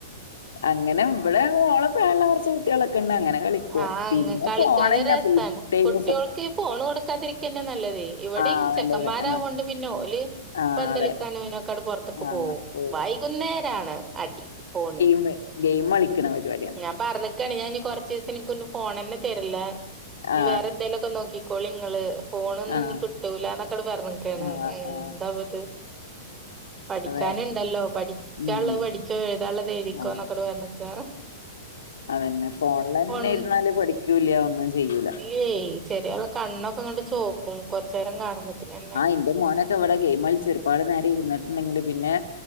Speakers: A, on the left (about 85°); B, on the right (about 15°).
A: അങ്ങനെ ഇവിടെ ഓളപ്പള്ള കുറച്ച് കുട്ടികളൊക്കെ ഉണ്ട് അങ്ങനെ. കളിക്കും
B: ആഹ്
A: പിന്നെ
B: അങ്ങ കളിക്കാതെര
A: ഫോണന്നെ
B: അവസ്ഥാണ്
A: ഫുൾ ടൈം
B: കുട്ടികൾക്ക് ഈ ഫോണ് കൊടുക്കാതിരിക്കണെ നല്ലതേ. ഇവിടേം
A: ആ
B: ചെക്കമ്മാരാവുകൊണ്ട്
A: നല്ലത് ആ
B: പിന്നെ ഓല്
A: ആ
B: പന്തളിക്കാനോനക്കെടെ
A: അതെ
B: പൊറ ത്തക്ക
A: ആ
B: പോവും.
A: ഓ,
B: വൈകുന്നേരാണ് അടി പോണിന്.
A: ഗെ ഗെയിം കളിക്കണ പരിപാടി.
B: ഞാൻ പറഞ്ഞിക്കാണ് ഞാൻ ഇനി കുറചിസത്തേ നിക്ക് ഒന്നും ഫോൺ തന്നെ തരീല്ല. നീ
A: ആ
B: വേറെ എന്തേങ്കലുംക്കെ നോക്കി കോളി ങ്ങള്. ഫോണൊന്നും
A: ആ
B: ഇനി കിട്ടൂലന്നൊക്കെ ങ്ങട് പറഞ്ഞൊക്കെയാണ്
A: ആ
B: എന്താവത്.
A: ആ
B: പഠിക്കാനുണ്ടല്ലോ
A: അതെ
B: പഠിക്കാനുള്ളത്
A: ഉം
B: പഠിച്ചോ, എഴുതാനുള്ളത് എഴുതിക്കോ
A: ആ
B: ന്നൊക്കട് പറഞ്ഞിക്കണ്.
A: അതന്നെ ഫോണില് തന്നെ
B: ഒൺ
A: ഇരുന്നാല് പഠിക്കൂല്ല ഒന്നും ചെയ്യൂല.
B: ഏയ് ചെറി <unintelligible> കണ്ണൊക്കെ ഇങ്ങോട്ട് ചോക്കും കൊറച്ച നേരം കാണുമ്പോത്തനന്നെ.
A: എന്റെ മോന ക്കവിടെ ഗെയിം കളിച്ച് ഒരുപാട് നേരം ഇരുന്നിട്ടുണ്ടെങ്കില് പിന്നെ,